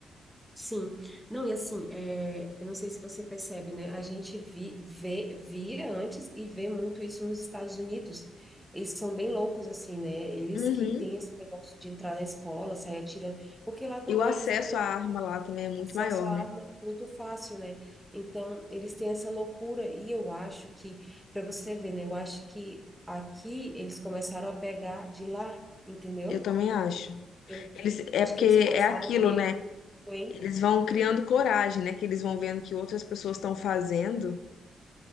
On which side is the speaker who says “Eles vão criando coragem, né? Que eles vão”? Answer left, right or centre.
Left